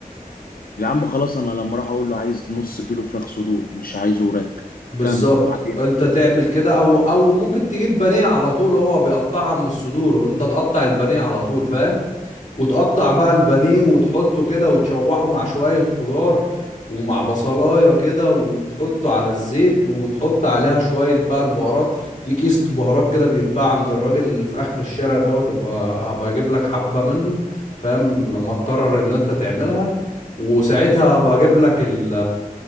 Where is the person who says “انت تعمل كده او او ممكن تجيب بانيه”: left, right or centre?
Left